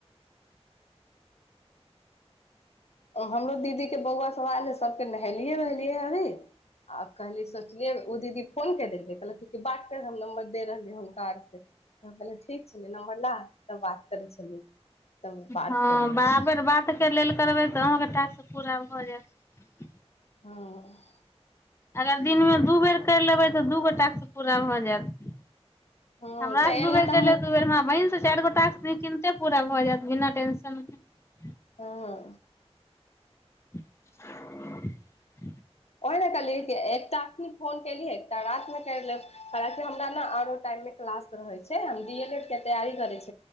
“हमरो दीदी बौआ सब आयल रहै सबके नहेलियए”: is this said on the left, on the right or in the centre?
Left